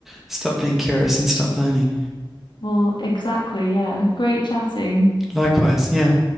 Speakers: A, in the centre; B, on the left.
A: stop being curious and stop learning.
B: <laughs> well, exactly, yeah. Great chatting.
A: Likewise, yeah.